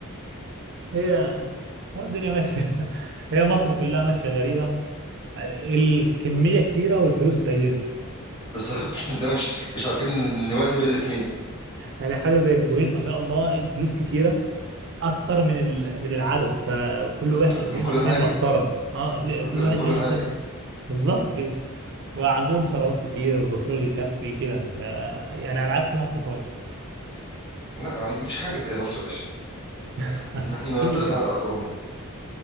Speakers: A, on the right (about 55°); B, on the left (about 20°).
A: هي هو الدنيا ماشيه <laughs> هي مصر كلها ماشيه غريبه يعني الكميه كتيره والفلوس قليله
B: بالظبط <laughs> ده مش مش عارفين نوازن بين الاتنين
A: يعني حاجه زي الكويت ما شاء الله الفلوس كتيره اكتر من ال... من العدد فكل
B: اكتر
A: واحد
B: من
A: ليه
B: كل
A: نصيب
B: حاجه
A: محترم اه ليه-
B: اكتر
A: كل واحد
B: من كل
A: ليه نصيبه
B: حاجه
A: بالظبط كده وعندهم ثروات كتير البترول يكفي كده ف... يعني على عكس مصر خالص
B: لا ما فيش حاجه زي مصر يا باشا
A: <laughs>
B: احنا
A: اكيد
B: نختلف
A: يعني
B: عن الاخرون